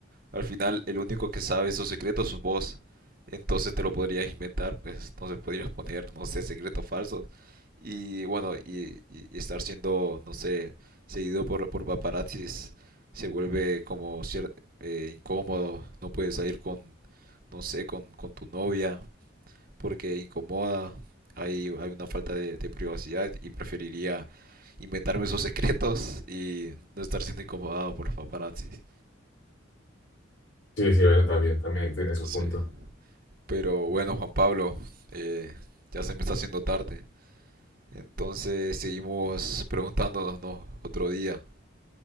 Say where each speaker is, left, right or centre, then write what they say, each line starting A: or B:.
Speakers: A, on the right; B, on the left.
A: Al final, el único que sabe esos secretos sos vos. Entonces te lo podrías inventar, pues. Entonces podrías poner, no sé, secretos falsos. Y bueno, y, y- y estar siendo, no sé, seguido por, por paparazzis se vuelve como cier- eh, incómodo. No puedes salir con, no sé, con, con tu novia porque incomoda. Hay, hay una falta de, de privacidad y preferiría inventarme esos secretos y no estar siendo incomodado por los paparazzis.
B: Sí, sí, bueno, también, también tiene su
A: Sí.
B: punto.
A: Pero bueno, Juan Pablo, eh, ya se me está haciendo tarde. Entonces seguimos preguntándonos ¿no? otro día.